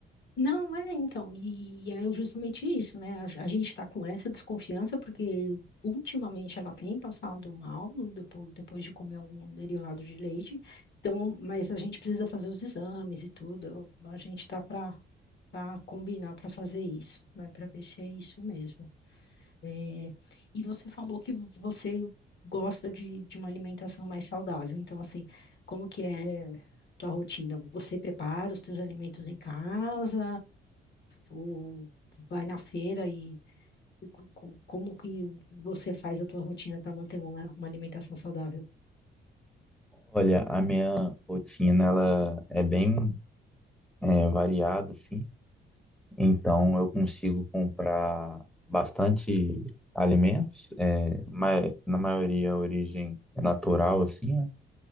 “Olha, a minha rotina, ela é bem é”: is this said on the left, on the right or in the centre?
Centre